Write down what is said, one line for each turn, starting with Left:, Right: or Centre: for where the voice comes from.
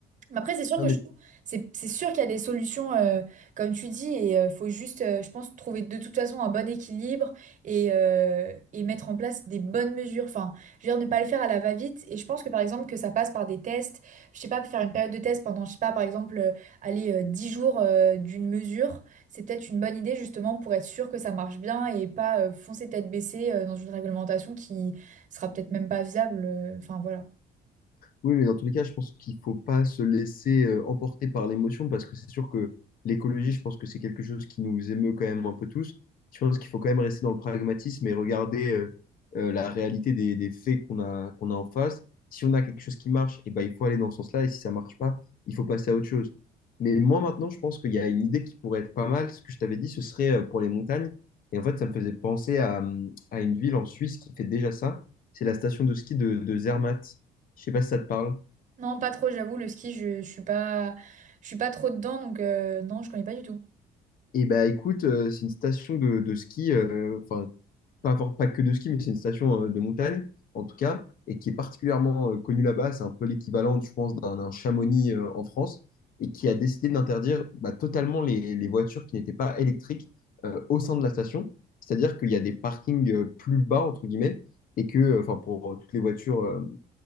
Right: Mais Après, c'est sûr
Left: Non,
Right: que
Left: mais
Right: je trouve- c'est c'est sûr qu'il y a des solutions, euh, comme tu dis, et euh, faut juste, euh, je pense, trouver de toute façon un bon équilibre et, euh, et mettre en place des bonnes mesures. Enfin, je veux dire, ne pas le faire à la va-vite. Et je pense que, par exemple, que ça passe par des tests. Je sais pas, faire une période de test pendant, je sais pas, par exemple, euh, aller euh, 10 jours euh, d'une mesure, c'est peut-être une bonne idée, justement, pour être sûr que ça marche bien et pas euh, foncer tête baissée euh, dans une réglementation qui sera peut-être même pas viable. euh, Enfin, voilà.
Left: Oui, mais dans tous les cas, je pense qu'il faut pas se laisser euh, emporter par l'émotion parce que c'est sûr que l'écologie, je pense que c'est quelque chose qui nous émeut quand même un peu tous. Je pense qu'il faut quand même rester dans le pragmatisme et regarder euh, euh, la réalité des, des faits qu'on a, qu'on a en face. Si on a quelque chose qui marche, eh ben, il faut aller dans ce sens-là et si ça marche pas, il faut passer à autre chose. Mais moi, maintenant, je pense qu'il y a une idée qui pourrait être pas mal. Ce que je t'avais dit, ce serait euh, pour les montagnes. Et en fait, ça me faisait penser à, hum, à une ville en Suisse qui fait déjà ça. C'est la station de ski de, de Zermatt. Je sais pas si ça te parle.
Right: Non, pas trop, j'avoue, le ski, je, je suis pas, je suis pas trop dedans, donc euh, non, je connais pas du tout.
Left: Et bah écoute, euh, c'est une station de, de ski, euh, enfin pas, for- pas que de ski, mais c'est une station euh, de montagne en tout cas, et qui est particulièrement euh, connue là-bas. C'est un peu l'équivalent, je pense, d'un d'un Chamonix euh, en France, et qui a décidé d'interdire bah, totalement les, les voitures qui n'étaient pas électriques euh, au sein de la station. C'est-à-dire qu'il y a des parkings euh, plus bas, entre guillemets, et que, euh, enfin pour euh, toutes les voitures euh,